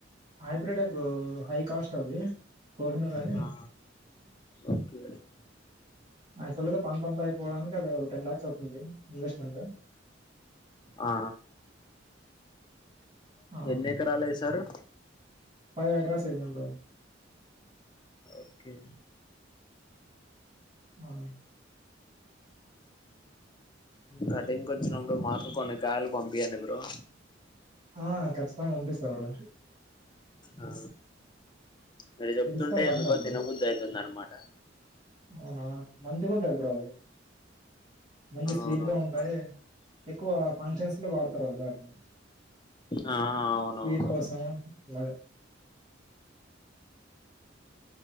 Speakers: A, on the right; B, on the left.
A: హైబ్రిడే బ్రో హై కాస్ట్ అవ్వి కోహినూరు అని
B: ఆ ఓకే
A: యాక్చువల్ గా పంటంత అయిపోవడానికి అది ఒక టెన్ లాక్స్ అవుతుంది ఇన్వెస్ట్మెంట్
B: ఆ
A: ఆ!
B: ఎన్ని ఎకరాలేసారు
A: ఫైవ్ ఎక్రాస్ ఎసాం బ్రో
B: ఓకే
A: మనం
B: కటింగ్ కోచ్చినప్పుడు మాత్ కొన్నికాయల్ పంపియండి బ్రో
A: ఆ! ఖచ్చితంగా పంపిస్తా బ్రో.
B: ఆ మీరు చెప్తుంటే
A: పిలుస్తాం రండి
B: ఎందుకో
A: అప్పుడు.
B: తినబుద్ధయితుందన్నమాట
A: అవునా మంచిగుంటాయి బ్రో అవి మంచి స్వీట్
B: అవునవును
A: గా ఉంటాయి
B: బ్రో
A: ఎక్కువ ఫంక్షన్స్ లో వాడతారవి వాటిని
B: ఆ అవునవును
A: స్వీట్ కోసం అలగా